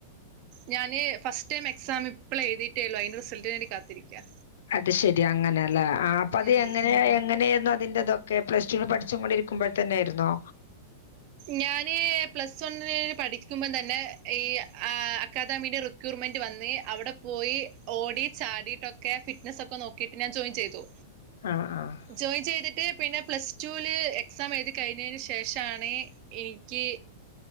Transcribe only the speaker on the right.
ഞാന് ഫസ്റ്റ് ടൈം എക്സാം ഇപ്പളെഴുതിട്ടേള്ളൂ അയിന്റെ റിസൾട്ട്ന് വേണ്ടി കാത്തിരിക്കാ
ഉം
ഞാന് പ്ലസ് വണ്ണ്ന് പഠിക്കുമ്പം തന്നെ ഈ അക്കാദമിയുടെ റി ക്യൂർമെന്റ് വന്ന് അവിടെ പോയി ഓടി ചാടിട്ടൊക്കെ ഫിറ്റ്നസ് ഒക്കെ നോക്കിട്ട് ഞാൻ ജോയിൻ ചെയ്തു.
ജോയിൻ ചെയ്ത്ട്ട് പിന്നെ പ്ലസ് ടൂല് എക്സാം എഴുതി കഴിഞ്ഞേന് ശേഷാണ് എനിക്ക്